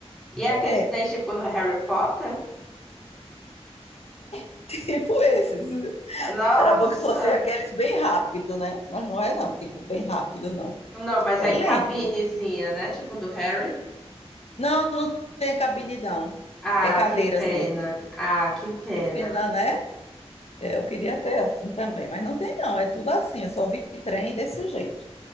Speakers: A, in the centre; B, on the left (about 70°).
A: E aqueles
B: É,
A: trens tipo no Harry Potter?
B: <laughs> tipo esses.
A: Nossa!
B: Era bom que fosse aqueles bem rápido, né? Mas não é não, tipo, bem rápido não.
A: Não, mas
B: É
A: aí
B: lento.
A: cabinezinha, né? Tipo do Harry.
B: Não, não tem cabine não.
A: Ah,
B: É cadeiras
A: que pena.
B: mesmo.
A: Ah, que pena.
B: Que pena, né? É, eu queria ter assim também, mas não tem não, é tudo assim, eu só vi trem desse jeito.